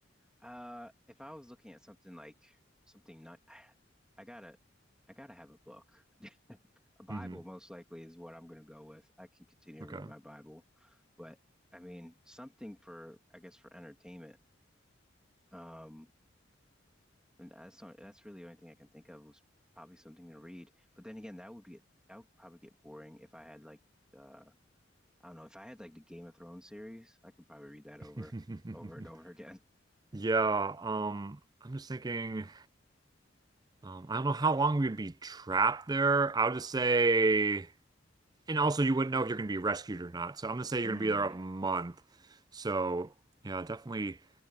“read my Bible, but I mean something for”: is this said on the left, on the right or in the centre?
Centre